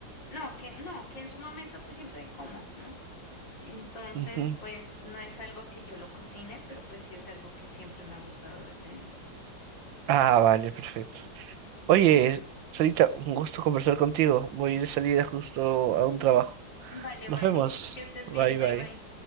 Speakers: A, on the left (about 75°); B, on the right (about 85°).
A: no, que no, que en su momento pues siempre como, ¿no? Entonces,
B: Ujú.
A: pues no es algo que yo lo cocine, pero pues sí es algo que siempre me ha gustado desde niña.
B: Ah, vale, perfecto. Oye, solita un gusto conversar contigo. Voy de salida justo a un trabajo.
A: Vale,
B: Nos
A: vale.
B: vemos.
A: Que estés
B: Bye,
A: bien. Bye,
B: bye.
A: bye.